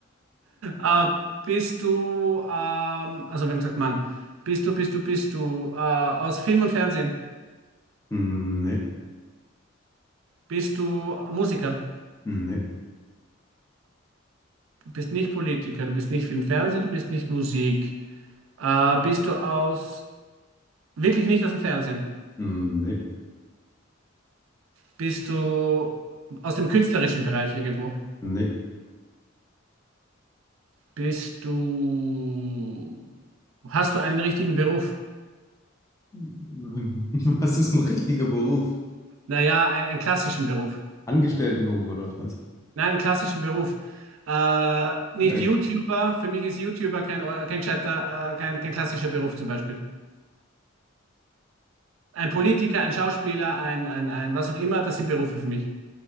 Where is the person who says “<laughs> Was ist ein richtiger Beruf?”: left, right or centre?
Left